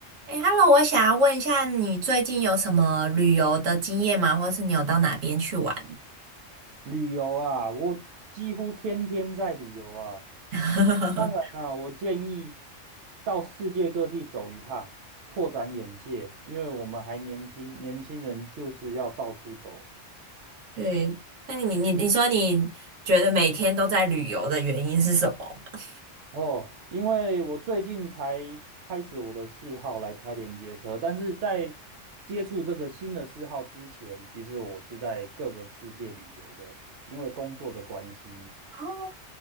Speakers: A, on the right; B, on the right.
A: 哎 h e l l o 我想要问一下，你最近有什么旅游的经验吗？或是你有到哪边去玩？
B: 旅游啊，我几乎天天在旅游啊。
A: <laughs>
B: 当然啊，我建议到世界各地走一趟，拓展眼界，因为我们还年轻，年轻人就是要到处走。
A: 对，那你你你说你觉得每天都在旅游的原因是什么吗？
B: 哦，因为我最近才开始我的嗜好来开连接车，但是在接触这个新的嗜好之前，其实我是在各个世界旅游的，因为工作的关系。
A: 哦，